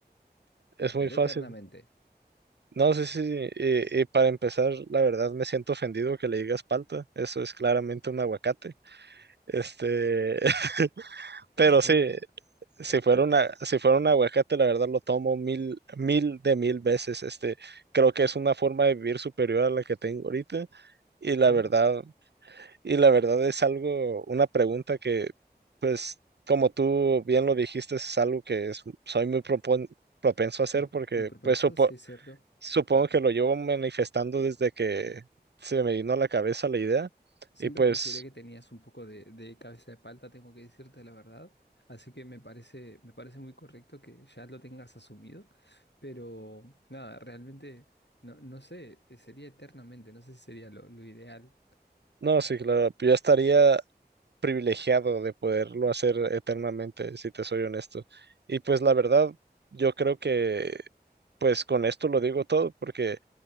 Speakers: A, on the right (about 75°); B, on the left (about 85°).
A: Es muy
B: pero
A: fácil.
B: eternamente.
A: No sé si, y, y para empezar, la verdad me siento ofendido que le digas palta. Eso es claramente un aguacate. Este, <laughs>
B: <laughs>
A: pero sí.
B: Bueno,
A: Si
B: ¿qué?
A: fuera una, si fuera un aguacate, la verdad lo tomo mil, mil de mil veces. Este, creo que es una forma de vivir superior a la que tengo ahorita. Y la
B: No,
A: verdad, y la verdad es algo, una pregunta que, pues, como tú bien lo dijiste, es algo que es- soy muy propon- propenso a hacer
B: <laughs>
A: porque,
B: muy propenso,
A: pues, supo-
B: sí es cierto.
A: supongo que lo llevo manifestando desde que se me vino a la cabeza la idea.
B: Siempre
A: Y pues,
B: consideré que tenías un poco de, de cabeza de palta, tengo que decirte la verdad. Así que me parece, me parece muy correcto que ya lo tengas asumido. Pero nada, realmente no, no sé, eh, sería eternamente, no sé si sería lo, lo ideal.
A: no, sí, claro, yo estaría privilegiado de poderlo hacer eternamente, si te soy honesto. Y pues la verdad, yo creo que pues con esto lo digo todo, porque